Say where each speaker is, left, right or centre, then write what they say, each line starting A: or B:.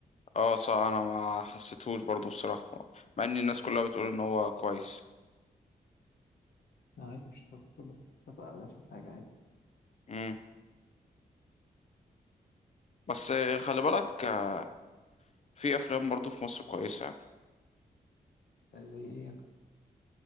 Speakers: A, on the left; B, on the left.
A: اه صح انا ما حسيتهوش برضه بصراحة مع ان الناس كلها بتقول ان هو كويس
B: انا عادي مش مش كل الناس بتتفق على نفس الحاجه عادي
A: امم بس خلي بالك آه، في افلام برضو في مصر كويسه يعني
B: زي ايه يعني